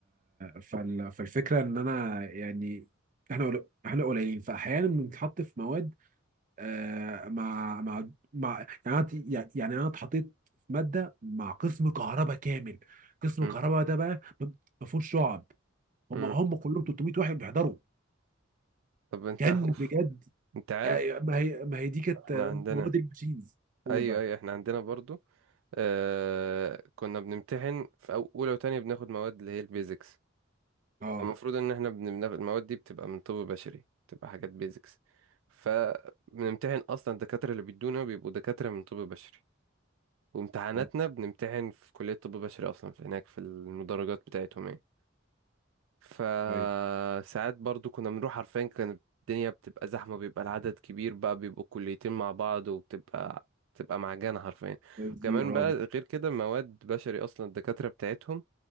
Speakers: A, on the right; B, on the right.
A: فال... فالفكره ان انا يعني احنا قل- احنا قليلين فاحيانا بنتحط في مواد آه مع مع مع يعني انا يعني يعني انا اتحطيت في ماده مع قسم كهرباء كامل قسم
B: امم
A: كهرباء ده بقى ما فيهوش شعب هم
B: امم
A: هم كلهم 300 واحد بيحضروا
B: طب انت
A: كان
B: <laughs> اوف
A: بجد
B: انت عارف
A: آه، ما هي ما هي دي كانت
B: احنا
A: آه،
B: عندنا
A: مواد الماشينز قول
B: ايوه
A: بقى
B: ايوه احنا عندنا برضو آه كنا بنمتحن في أو- اولى وتانية بناخد مواد اللي هي البيزكس
A: اه
B: المفروض ان احنا بناخد المواد دي بتبقى من طب بشري بتبقى حاجات بيزكس فبنمتحن اصلا الدكاتره اللي بيدونا بيبقوا دكاتره من طب بشري وامتحاناتنا
A: اه
B: بنمتحن في كليه طب بشري اصلا في هناك في المدرجات بتاعتهم يعني فساعات
A: ايوه
B: برضو كنا بنروح عارفين كانت الدنيا بتبقى زحمه بيبقى العدد كبير بقى بيبقوا كليتين مع بعض وبتبقى بتبقى معجنه حرفيا
A: بس
B: وكمان
A: دي اه
B: بقى غير كده مواد بشري اصلا الدكاتره بتاعتهم